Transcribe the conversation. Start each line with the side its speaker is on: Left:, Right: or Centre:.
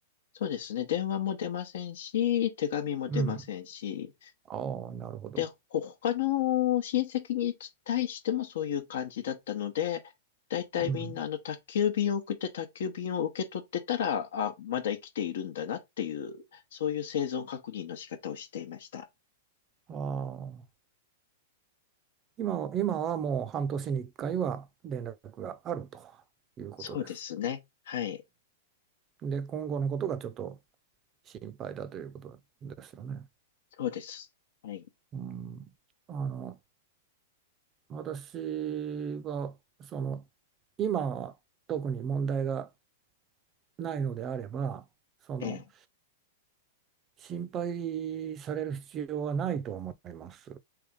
Left: そうですね。電話も出ませんし、手紙も出ませんし、
Right: うん。ああ、なるほど。
Left: で、ほ他の親戚に対してもそういう感じだったので、だいたいみんなあの宅急便を送って宅急便を受け取ってたら、
Right: うん。
Left: あ、まだ生きているんだなっていう、そういう生存確認の仕方をしていました。
Right: ああ。今は、今はもう半年に1回は連絡があるということです。
Left: そうですね。はい。
Right: うん。で、今後のことがちょっと心配だということですよね。
Left: そうです。はい。
Right: うん。あの、私はその今は特に問題がないのであればその
Left: ええ。
Right: 心配される必要はないと思います。